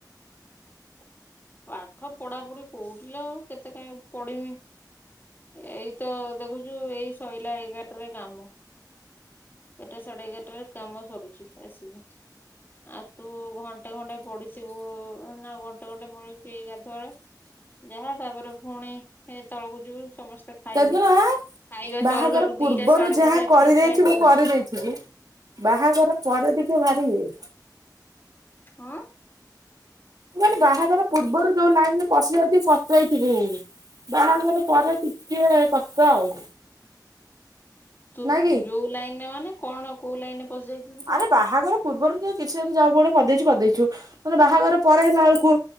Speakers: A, on the left; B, on the right.
A: ପାଠ ପଢା ପଢି କୋଉଥିଲ ଆ କେତେ କଁ ପଢିମି ଏଇ ତ ଦେଖୁଛୁ ଏଇ ଶହିଲ ଏଗାର ଟାରେ କାମ ଏଗାରଟା ସାଢେ ଏଗାରଟାରେ କାମ ସରୁଛି ଆସିକି ଆଉ ତୁ ଘଣ୍ଟେ ଘଣ୍ଟେ ପଡିଥିବୁ ନା ଘଣ୍ଟେ ଘଣ୍ଟେ ମିଳୁଛି ଗାଧୁଆଳେ ଯାହା ତାପରେ ପୁଣି ତଳକୁ ଯିବୁ ସମସ୍ତେ ଖାଇବେ।
B: ତାଦିନ
A: ଖାଇବା
B: ବାହାଘର
A: ସରୁ ସରୁ
B: ପୂର୍ବରୁ
A: ଦିଟା ସାଢେ
B: ଯାହା
A: ଦିଟା
B: କରିଦେଇଥିବୁ
A: ତିନିଟା ଏମିତି ହଉଛି
B: କରିଦେଇଥିବ ବାହାଘର ପରେ ଟିକେ ଭାରି ଇଏ
A: ହୁଁ।
B: ମୁଁ ମାନେ ବାହାଘର ପୂର୍ବରୁ ଯୋଉ ଲାଇନ ରେ ପଶିଯାଇଛି ପଶିଯାଇଥିବି ବାହାଘର ପରେ ଟିକେ କଷ୍ଟ ଆଉ
A: ତୁ
B: ନା କି
A: ଯୋଉ ଲାଇନରେ ମାନେ କଣ କୋଉ ଲାଇନରେ? ପଶିଯାଇଛୁ ତୁ
B: ଆରେ ବାହାଘର ପୂର୍ବରୁ କିଛି ଜବ ଗୋଡେ କରିଦେଇଛୁ କରିଦେଇଛୁ ମାନେ ବାହାଘର ପରେ ହେଲା ବେଳକୁ